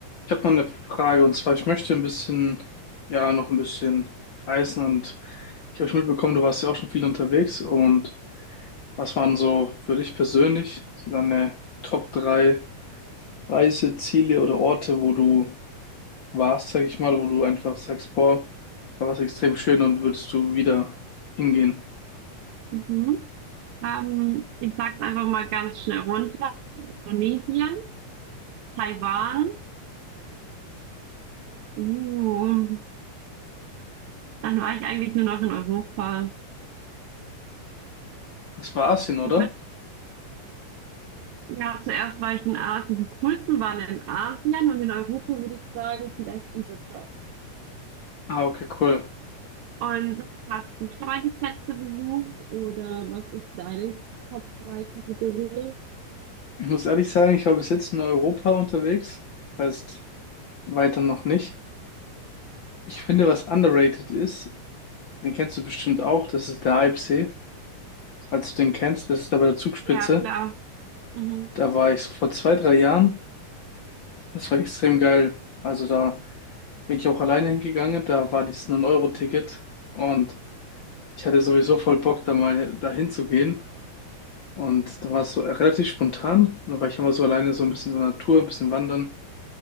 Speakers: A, on the left; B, on the right.
A: Ich habe mal eine Frage und zwar, ich möchte ein bisschen, ja, noch ein bisschen reisen und ich habe schon mitbekommen, du warst ja auch schon viel unterwegs und was waren so für dich persönlich so deine Top 3 Reiseziele oder Orte, wo du warst, sag ich mal, wo du einfach sagst, boah, da war es extrem schön und würdest du wieder hingehen?
B: Mhm. Ähm, ich sag's einfach mal ganz schnell runter. Indonesien, Taiwan. Uh, dann war ich eigentlich nur noch in Europa.
A: Das war Asien, oder?
B: Ich würde, ja, zuerst war ich in Asien. Die coolsten waren in Asien und in Europa würde ich sagen, vielleicht Ibiza.
A: Ah, okay, cool.
B: Und hast du schon mal die Plätze besucht oder was ist deine Top drei Kategorie?
A: Ich muss ehrlich sagen, ich war bis jetzt in Europa unterwegs, das heißt weiter noch nicht. Ich finde, was underrated ist, Den kennst du bestimmt auch, das ist der Alpsee. Falls du den kennst, das ist da bei der Zugspitze.
B: Ja, klar. Mhm.
A: Da war ich vor zwei, drei Jahren. Das war extrem geil. Also da bin ich auch alleine hingegangen. Da war dieses 9-Euro-Ticket und ich hatte
B: Nein.
A: sowieso voll Bock, da mal dahin zu gehen. Und da war es so relativ spontan. Und Da war ich immer so alleine, so ein bisschen in der Natur, ein bisschen wandern.